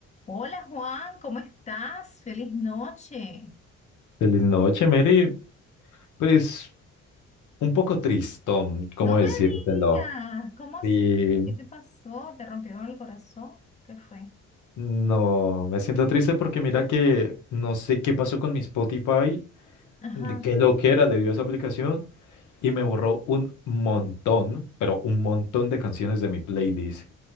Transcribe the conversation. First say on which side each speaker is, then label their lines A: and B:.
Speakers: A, on the left; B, on the left.
A: Hola Juan, ¿cómo estás? Feliz noche.
B: Feliz noche, Mary. Pues un poco tristón, ¿cómo
A: No
B: decírtelo?
A: me digas, ¿cómo así?
B: Sí,
A: ¿Qué te pasó? ¿Te rompieron el corazón? ¿Qué fue?
B: no, me siento triste porque mira que no sé qué pasó con mi Spotify,
A: Ajá.
B: de qué loquera le dio esa aplicación y me borró un montón, pero un montón de canciones de mi playlist.